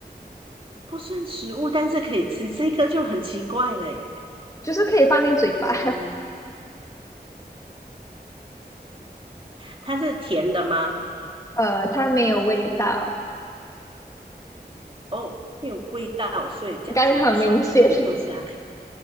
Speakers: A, on the right (about 30°); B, on the left (about 20°).
A: 不算食物，但是可以吃，这个就很奇怪了耶。
B: 就是可以放进嘴巴，
A: 嗯，它是甜的吗？
B: <laughs> 呃，它没有味道，
A: 哦，没有味道，所以讲说不算食物，
B: 应该很明显，<laughs>
A: 但是它可以。